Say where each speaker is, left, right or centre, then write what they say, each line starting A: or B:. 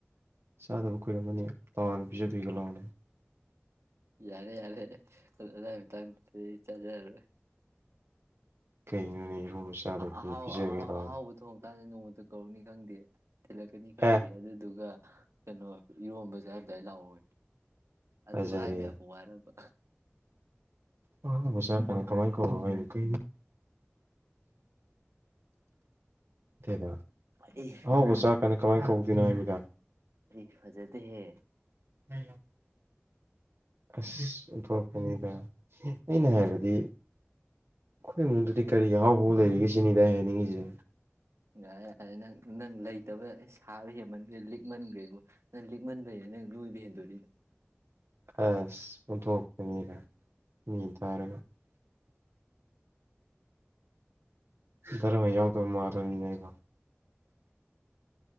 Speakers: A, on the right; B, on the right.
A: ꯆꯥꯗꯕ ꯀꯨꯏꯔꯝꯃꯅꯤ ꯂꯥꯎꯅꯦ ꯄꯤꯖꯕꯤꯒꯦ
B: ꯎꯝ
A: ꯂꯥꯎꯅꯦ
B: ꯌꯥꯔꯦ ꯌꯥꯔꯦ ꯑꯗꯨ ꯑꯗꯨꯗꯥꯏ ꯃꯇꯥꯡꯗꯨꯗꯤ ꯆꯥꯖꯔꯔꯣꯏ
A: ꯀꯩꯅꯣꯅꯦ ꯏꯔꯣꯝꯕ ꯆꯥꯗꯕ ꯀꯨꯏꯔꯦ
B: ꯑꯍꯥꯎ
A: ꯄꯤꯖꯒꯦ
B: ꯑꯥꯎ
A: ꯂꯥꯎꯅꯦ
B: ꯑꯍꯥꯎꯣ ꯆꯥꯗ ꯅꯣꯡꯃꯇ ꯀꯧꯔꯛꯅꯤ ꯈꯪꯗꯦ ꯊꯤꯜꯂꯛꯀꯅꯤ ꯈꯪꯗꯦ
A: ꯑꯦ
B: ꯑꯗꯨꯗꯨꯒ ꯀꯩꯅꯣ ꯏꯔꯣꯝꯕꯖꯥꯔꯝꯗꯥꯏ ꯂꯥꯛꯑꯣ ꯑꯗꯨ
A: ꯖꯔꯤ
B: ꯍꯥꯏꯕ ꯌꯥꯕ ꯋꯥꯔꯕ
A: ꯑꯣꯖꯥ ꯀꯅ ꯀꯃꯥꯏꯅ ꯀꯧꯔꯣ ꯍꯥꯏꯅꯣ ꯀ ꯗ
B: ꯑꯦ
A: ꯍ ꯁꯥ ꯀꯅ ꯀꯃꯥꯏꯅ ꯀꯧꯗꯦꯅꯉꯃꯤꯗꯥ
B: ꯑꯩ ꯐꯖꯗꯍꯦ
A: ꯑ ꯑꯁ ꯗꯣꯛꯄꯅꯤꯗ ꯑꯩꯅ
B: ꯑꯗꯨꯗꯤ
A: ꯍꯥꯏꯕꯗꯤ ꯑꯩꯈꯣꯏ ꯏꯃꯨꯡꯗꯗꯤ ꯀꯔꯤ ꯑꯍꯥꯎꯕꯥꯎ ꯂꯩꯔꯤꯒꯦ ꯁꯤꯅꯤꯗ ꯍꯥꯏꯅꯤꯡꯉꯤꯁꯦ
B: ꯅꯪ ꯅꯪ ꯂꯩꯇꯕ ꯑꯩ ꯁꯥꯕ ꯍꯦꯟꯃꯟꯈ꯭ꯔꯦ ꯂꯤꯛꯃꯟꯈꯦꯕꯨ ꯅꯪ ꯂꯤꯛꯃꯟꯕꯩ ꯅꯪ ꯂꯣꯏꯕ ꯍꯦꯟꯗꯣꯔꯤꯣ
A: ꯑꯁ ꯄꯨꯟꯊꯣꯛꯀꯅꯤꯗ ꯃꯤ ꯇꯥꯔꯒ ꯙꯔꯃ ꯌꯥꯎꯗꯕ ꯃꯥꯜꯂꯅꯤꯅꯦ ꯑꯩꯀꯣ